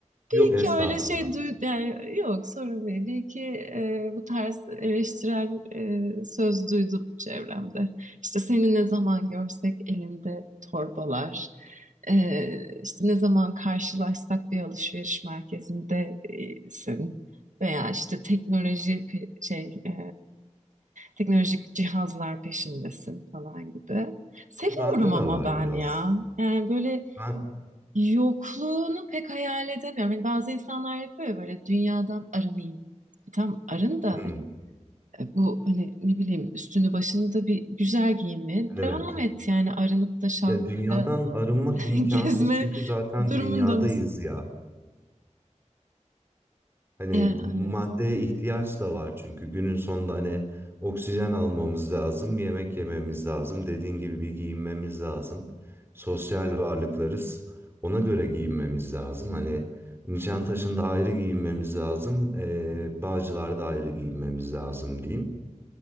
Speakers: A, on the right (about 20°); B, on the right (about 75°).
A: Yok
B: bir iki
A: estağfurullah.
B: öyle şey duy yani yok sorun değil. Bir iki e, bu tarz eleştirel e, söz duydum çevremde. İşte seni ne zaman görsek elinde torbalar, e, işte ne zaman karşılaşsak bir alışveriş merkezinde e, senin veya işte teknoloji pe- şey e, teknolojik cihazlar peşindesin falan gibi. Seviyorum
A: O bende
B: ama
A: de var
B: ben
A: biraz.
B: ya. Yani böyle
A: Ben,
B: yokluğunu pek hayal edemiyorum. Hani bazı insanlar yapıyor ya böyle dünyadan arınayım. E Tam arın da
A: Hmm,
B: hani e, bu hani ne bileyim üstünü başını da bir güzel giyinmeye
A: evet.
B: devam et yani arınıp da şalvarla
A: Ya dünyadan arınmak
B: <laughs>
A: imkansız
B: gezme
A: çünkü zaten
B: durumunda
A: dünyadayız
B: mısın?
A: ya. Hani
B: E,
A: maddeye
B: Evet.
A: ihtiyaç da var çünkü günün sonunda hani oksijen almamız lazım, yemek yememiz lazım, dediğin gibi bir giyinmemiz lazım. Sosyal varlıklarız. Ona göre giyinmemiz lazım. Hani Nişantaşı'nda ayrı giyinmemiz lazım, eee Bağcılar'da ayrı giyinmemiz lazım diyeyim.